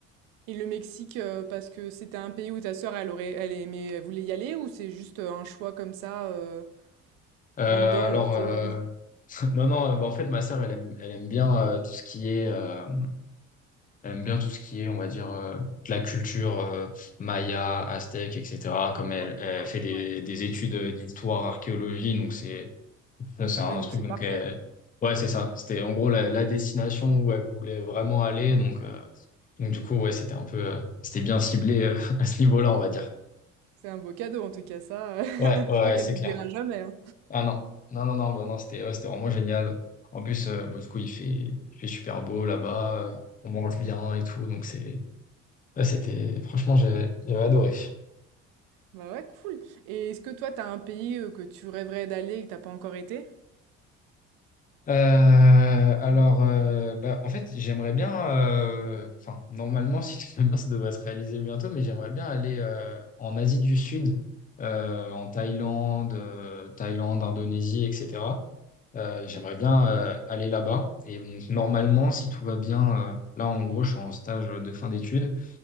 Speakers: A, on the right; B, on the left.
A: Et le Mexique, euh, parce que c'était un pays où ta sœur, elle aurait, elle aimait, elle voulait y aller, ou c'est juste euh, un choix comme ça, euh,
B: Euh,
A: random,
B: alors
A: on va dire.
B: euh,
A: euh,
B: <laughs> non non euh, bah, en fait ma sœur elle aime elle aime bien euh, tout ce qui est euh, elle aime bien tout ce qui est on va dire euh, de la culture euh, maya aztèque etc comme elle,
A: Ouais,
B: elle
A: d'accord.
B: fait des,
A: ouais.
B: des études d'histoire archéologie donc c'est ça, c'est un
A: Oui, donc
B: truc
A: c'est
B: donc
A: parfait.
B: elle- ouais c'est ça c'était en gros la, la destination où elle voulait vraiment aller donc euh, donc du coup ouais c'était un peu euh, c'était bien ciblé euh, <laughs> à ce niveau-là on va dire
A: C'est un beau cadeau, en tout cas, ça. euh, <laughs>
B: ouais ouais
A: Je
B: ouais,
A: crois qu'elle
B: c'est
A: n'oubliera
B: clair
A: jamais. hein.
B: Ah non, non, non, non, bah non, c'était ouais, c'était vraiment génial. En plus, euh, bah, du coup, il fait, il fait super beau là-bas, euh, on mange bien et tout, donc c'est, là, c'était, franchement, j'ai- j'avais adoré.
A: Bah ouais, cool. Et est-ce que toi, t'as un pays euh, que tu rêverais d'aller et que t'as pas encore été?
B: Euh, alors, euh, bah, en fait, j'aimerais bien, euh, enfin, normalement, <laughs> si tout va bien, ça devrait se réaliser bientôt, mais j'aimerais bien aller euh, en Asie du Sud, euh, en Thaïlande, euh, Thaïlande, Indonésie, etc. Euh, j'aimerais bien euh, aller là-bas. Et donc, normalement, si tout va bien, euh, là, en gros, je suis en stage de fin d'études